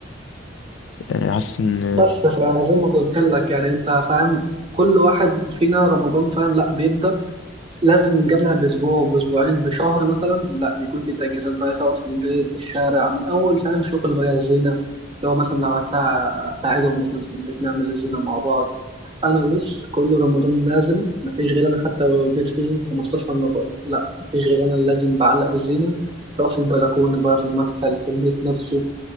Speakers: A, on the left; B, on the right.
A: يعني حاسس إن
B: بس فزي ما قلت لك يعني انت فاهم كل واحد فينا رمضان فاهم لا بيبدأ لازم من قبلها بأسبوع بأسبوعين بشهر مثلا لا بيكون في تجهيزات بقى سواء في البيت في الشارع من أول فاهم شغل بقى الزينة لو مثلا لو هتساع- أساعدهم مثلا في البيت نعمل الزينة مع بعض أنا بص كل رمضان لازم مفيش غير أنا حتى لو البيت فيه 15 نفر لا مفيش غير أنا اللي لازم بعلق الزينة سواء في البلكونة بقى في المدخل في البيت نفسه